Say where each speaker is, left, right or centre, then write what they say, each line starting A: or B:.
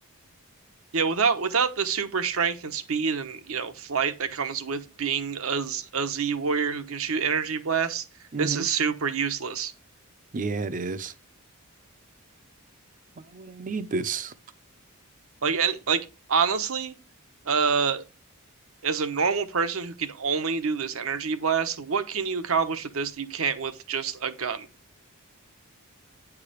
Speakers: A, on the right (about 70°); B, on the right (about 35°).
A: Yeah, without without the super strength and speed and you know flight that comes with being a, Z- a Z warrior who can shoot energy blasts,
B: hmm
A: this is super useless.
B: Yeah, it is. Why would I need this?
A: Like any like honestly, uh, as a normal person who can only do this energy blast, what can you accomplish with this that you can't with just a gun?